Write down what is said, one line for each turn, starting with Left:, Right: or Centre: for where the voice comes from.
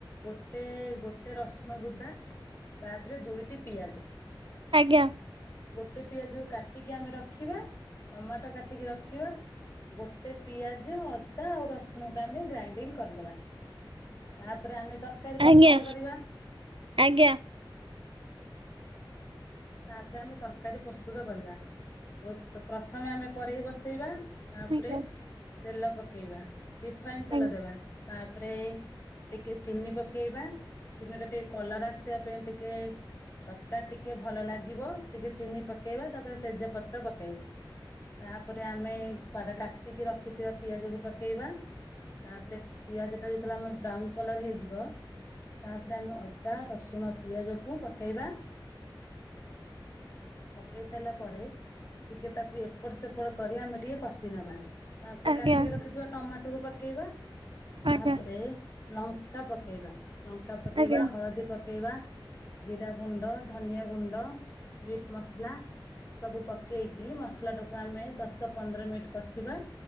Left: ଗୋଟେ ଗୋଟେ ରସୁଣ ଗୁଦା। ତା ପରେ ଦୁଇଟି ପିଆଜ।
Right: ଆଜ୍ଞା।
Left: ଗୋଟେ ପିଆଜ କୁ କାଟିକି ଆମେ ରଖିବା। ଟମାଟୋ କାଟିକି ରଖିବା। ଗୋଟେ ପିଆଜ ଅଦା ଆଉ ରସୁଣକୁ ଆମେ ଗ୍ରାଇନ୍ ଦିଙ୍କ କରିଦବା। ତା ପରେ ଆମେ ତରକାରୀ ପ୍ରସ୍ତୁତ
Right: ଆଜ୍ଞା
Left: କରିବା
Right: ଆଜ୍ଞା।
Left: ତା ପରେ ଆମେ ତର ତରକାରୀ ପ୍ରସ୍ତୁତ କରିବା। ଓ ପ୍ରଥମେ ଆମେ କରେଇ ବସେଇବା। ତା
Right: ଆଜ୍ଞା
Left: ପରେ ତେଲ ପକେଇବା ରିଫାଇନ ତେଲ
Right: ଆଜ୍ଞା
Left: ଦେବା। ତା ପରେ ଟିକେ ଚିନି ପକେଇବା ଚିନି ଟା ଟିକେ କଲର ଆସିବା ତା ପାଇଁ ଟିକେ ତରକାରୀ ଟିକେ ଭଲ ଲାଗିବ। ଟିକେ ଚିନି ପକେଇବା ତା ପରେ ତେଜପତ୍ର ପକେଇବା। ତା ପରେ ଆମେ କ-କାଟିକି ରଖିଥିବା ପିଆଜକୁ ପକେଇବା। ତା ପରେ ପିଆଜ ଟା ଯେତେବେଳେ ଆମର ବ୍ରାଉନ କଲର ହେଇଯିବ। ତାପରେ ଆମେ ଅଦା, ରସୁଣ, ପିଆଜକୁ ପକେଇବା। ପକେଇ ସାରିଲା ପରେ ଟିକେ ତାକୁ ଏପଟ ସେପଟ କରି ଆମେ ଟିକେ କଷି ନେବା। ତା ପରେ
Right: ଆଜ୍ଞା
Left: କାଟିକି ରଖିଥିବା ଟମା ଟୁକୁ ପକେଇବା ତା
Right: ଆଜ୍ଞା ଆଜ୍ଞା ଆଜ୍ଞା
Left: ପରେ ଲଙ୍କା ପକେଇବା। ଲଙ୍କ ଙ୍କା ପକେଇବା
Right: ଆଜ୍ଞା
Left: ହଳଦୀ ପକେଇବା। ଜିରା ଗୁଣ୍ଡ, ଧନିଆ ଗୁଣ୍ଡ ମିଟ୍ ମସଲା। ସବୁ ପକେଇକି ମସଲାଟାକୁ ଆମେ ଦଶ ପନ୍ଦର ମିନିଟ୍ କଷିବା।